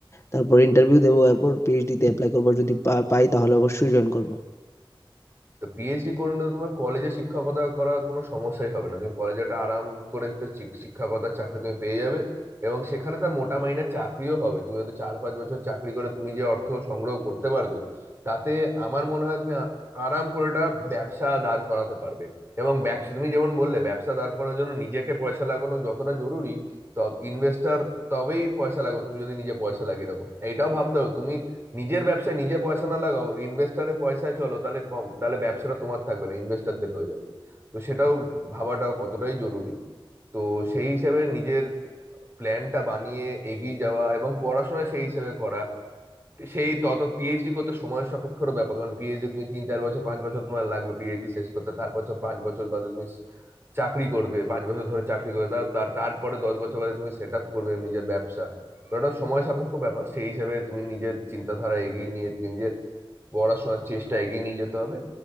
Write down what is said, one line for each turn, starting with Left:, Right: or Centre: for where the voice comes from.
Left: তারপর ইন্টারভিউ দেবো তারপর পিএইচডি তে অ্যাপ্লাই করবো যদি পা- পাই তাহলে অবশ্যই জয়েন করবো
Right: তো পিএইচডি করে নিলে তোমার কলেজে শিক্ষকতা করার কোনো সমস্যাই হবে না তুমি কলেজে একটা আরাম করে একটা শিক- শিক্ষকতার চাকরি তুমি পেয়ে যাবে এবং সেখানে তার মোটা মাইনের চাকরিও হবে তুমি হয়তো চার পাঁচ বছর চাকরি করে তুমি যে অর্থ সংগ্রহ করতে পারবে তাতে আমার মনে হয় তুমি আ- আরাম করে একটা ব্যবসা দাঁড় করাতে পারবে এবং ব্যবসা তুমি যেমন বললে ব্যবসা দাঁড় করানোর জন্য নিজেকে পয়সা লাগানো যতটা জরুরি তত ইনভেস্টার তবেই পয়সা লাগবে তুমি যদি নিজে পয়সা লাগে এরকম এইটাও ভাবতে হবে তুমি নিজের ব্যবসায় নিজে পয়সা না লাগাও ইনভেস্টারের পয়সায় চলো তাহলে কম তাহলে ব্যবসাটা তোমার থাকবে না ইনভেস্টারদের হয়ে যাবে তো সেটাও ভাবাটাও কতটাই জরুরি তো সেই হিসাবে নিজের প্ল্যানটা বানিয়ে এগিয়ে যাওয়া এবং পড়াশোনা সেই হিসাবে করা সেই তত পিএইচডি করতে সময় সাপেক্ষর ব্যাপার কারণ পিএইচডি তুমি তিন চার বছর পাঁচ বছর তোমার লাগবে পিএইচডি শেষ করতে তারপর হচ্ছে পাঁচ বছর বাদে তুমি চাকরি করবে পাঁচ বছর ধরে চাকরি করবে তার তার- তারপরে দশ বছর বাদে তুমি সেট আপ করবে নিজের ব্যবসা তো এটা সময় সাপেক্ষ ব্যাপার সেই হিসাবে তুমি নিজের চিন্তাধারা এগিয়ে নিয়ে নিজের পড়াশোনার চেষ্টা এগিয়ে নিয়ে যেতে হবে